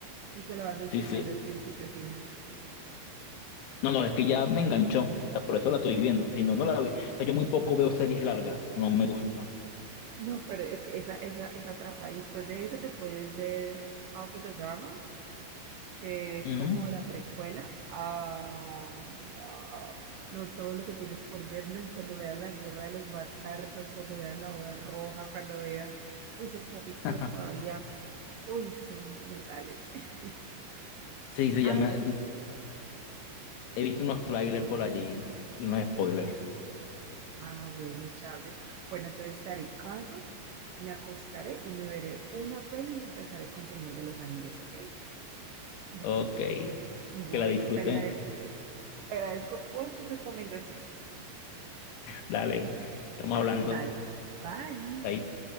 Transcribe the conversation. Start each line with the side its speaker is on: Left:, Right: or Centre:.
Right: y que la vas a disfrutar
Left: sí, sí.
Right: de principio a final.
Left: No, no, es que ya me enganchó, o sea, por eso la estoy viendo,
Right: <laughs>
Left: si no, no la vi. O sea, yo muy poco veo series largas, no me gusta.
Right: No, pero es esa, esa, esa trampa. Y después de eso te puedes ver House of the Dragon que es
Left: Ujú.
Right: como la precuela. Ay, no, no todo lo que tienes por ver, ¿no? Y cuando veas la Guerra de los Bastardos, cuando veas la Boda Roja, cuando veas, uy, esos capítulos
Left: <laughs>
Right: todavía, uy, son brutales. <laughs>
Left: Sí, se
Right: Ay,
Left: llama, He visto unos trailers por allí y unos spoilers.
Right: ah, bueno, Charles. Bueno, entonces daré caso, me acostaré y me veré una peli y empezaré con Señor de los Anillos, ¿ok? <laughs>
Left: Ok,
Right: Bueno,
Left: que la disfruten.
Right: te agradezco. Te agradezco por tu recomendación.
Left: Dale,
Right: <laughs>
Left: estamos hablando.
Right: Dale, bye.
Left: Ahí